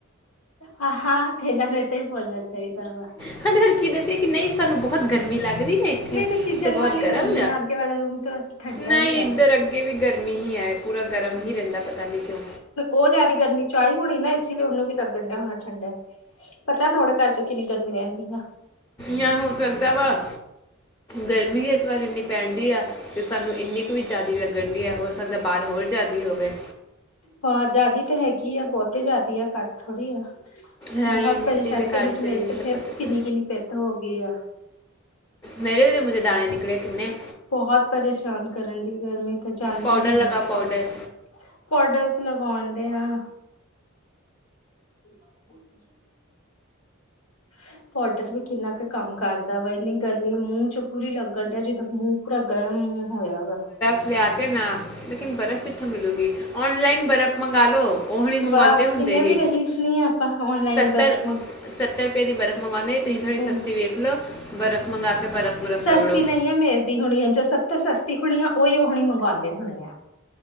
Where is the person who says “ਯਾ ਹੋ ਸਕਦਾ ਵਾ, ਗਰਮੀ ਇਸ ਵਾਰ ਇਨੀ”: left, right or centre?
Left